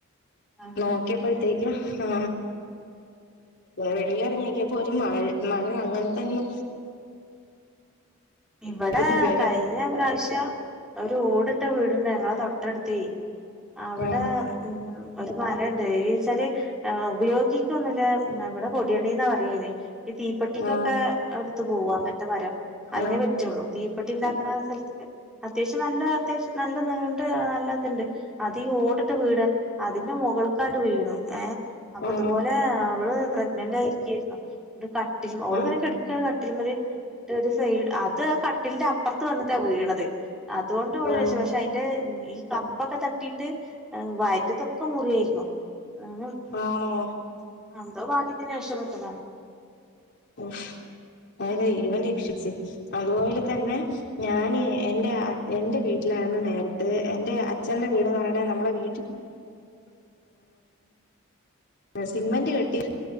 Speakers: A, in the centre; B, on the left.
A: ആഹ്
B: നോക്കിയപ്പ്ഴ്ത്തേക്കും ആ വെളിലേറങ്ങി നോക്കിപ്പോ ഒരു മഴ മഴ അങ്ങനെ തന്നെ
A: ഇവിടെ
B: ഇത് വേ
A: കഴിഞ്ഞ പ്രാശം ട്ടാ ഒരു ഓടിട്ട വീടുണ്ടേ ഞങ്ങള തൊട്ടടുത്തെയ് അവിടെ
B: ആ
A: മ്മ് ഒരു മരണ്ട് എത്ച്ചാല് ആഹ്‌ ഉപയോഗിക്കുന്നില്ല ന്നാ ഇവിടെ കൊടിയണ്ണീന്നാ പറയ്യ്യ അതിന് ഇ തീപട്ടിക്കൊക്കെ
B: ആ
A: ഒ ത്ത് പോവാ അങ്ങനത്ത മരം അതിനെ
B: ആ
A: പറ്റുള്ളൂ തീപ്പെട്ടി ഇണ്ടാക്കണ സ്ഥല്ത്ത് അത്യാവശ്യം നല്ല അത്യാവശ്യം നല്ല നീണ്ട് നല്ല ഇതുണ്ട് അതീ ഓടിട്ട വീട് അതിന്റെ മുകളിക്കാണ്ട് വീണു ഏഹ് അപ്പൊ
B: ആ
A: ഇതുപോലെ അവള് പ്രഗ്നന്റ് ആയിരിക്കാരുന്നു കട്ടിലും അവളിങ്ങനെ
B: ആ
A: ഇങ്ങനക്കെടക്കാണ് <unintelligible> അത് ആ കട്ടിലിന്റെ അപ്രത്ത് വന്നിട്ടാ വീണത് അതുകൊണ്ടോള്
B: ഓ
A: രക്ഷം പക്ഷെ അയിന്റെ ഈ കമ്പൊക്കെ തട്ടിയിട്ട് വയ്റ്റത്തൊക്കെ മുറിയാരുന്നു <unintelligible>
B: ആണോ
A: എന്തോ ഭാഗ്യത്തിന് രക്ഷപ്പെെട്ടതാ
B: ഓഹ് ആരെ ഇവൻ രക്ഷിച്ച് അതുപോലെ തന്നെ ഞാന് എൻറ്റാ എന്റെ വീട്ടിലാരുന്നു നേരത്തെ എന്റെ അച്ഛന്റെ വീടെന്ന് പറയാണെ നമ്മടെ <unintelligible> സിമന്റ് കെട്ടി